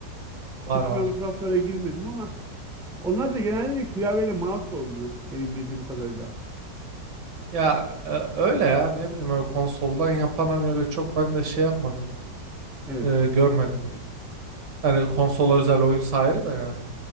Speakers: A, on the right; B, in the centre.
A: <laughs> Var
B: Hiç
A: var.
B: ben o taraflara girmedim ama onlar da genelde klavyeyle mouse'la oynuyor benim bildiğim kadarıyla.
A: Ya e, öyle ya ne bileyim öyle konsoldan yapan hani öyle çok ben de şey yapmadım.
B: Evet.
A: e, görmedim. Hani konsola özel oyun ayrı da yani.